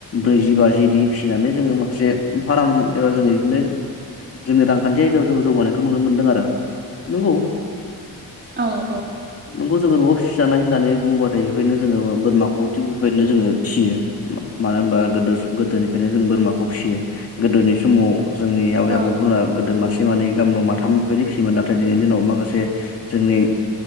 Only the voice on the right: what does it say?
औ औ
औ